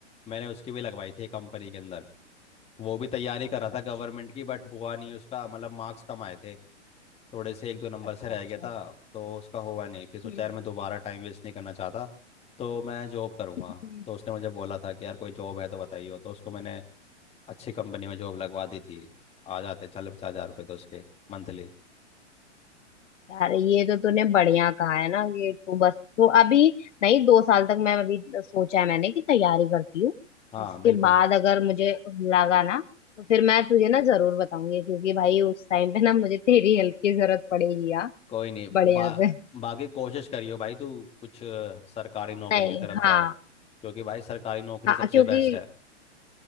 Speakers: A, on the left; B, on the left.
A: मैंने उसकी भी लगवाई थी कंपनी के अंदर वो भी तैयारी कर रहा
B: अच्छा
A: था गवर्नमेंट की बट हुआ नहीं उसका मतलब मार्क्स कम आए थे थोड़े से एक दो नंबर
B: अच्छा
A: से रह
B: अच्छा
A: गया था तो उसका हुआ नहीं फिर सोचा
B: हम्म
A: यार मैं दोबारा टाइम वेस्ट नहीं करना चाहता तो मैं जॉब करूँगा
B: हम्म
A: तो उसने मुझे बोला था कि यार कोई जॉब है तो बताइए तो उसको मैंने अच्छी कंपनी में जॉब लगवा दी थी आ जाते चल पचास हज़ार रुपये तो उसके मंथली
B: यार ये तो तूने बढ़िया कहा है ना कि तू बस तू अभी नहीं दो साल तक मैं अभी सोचा है मैंने कि तैयारी करती हूँ
A: हाँ
B: उसके
A: बिल्कुल
B: बाद अगर मुझे लगा ना तो फिर मैं तुझे ना जरूर बताऊंगी क्योंकि भाई उस टाइम पे ना मुझे तेरी हेल्प की जरूरत पड़ेगी यार
A: कोई नहीं
B: बढ़िया
A: बा,
B: से
A: बाकी कोशिश करियो भाई तू कुछ अ, सरकारी नौकरी
B: नहीं
A: की तरफ
B: हाँ
A: जाए क्योंकि भाई सरकारी नौकरी
B: हाँ
A: सबसे
B: क्योंकि
A: बेस्ट है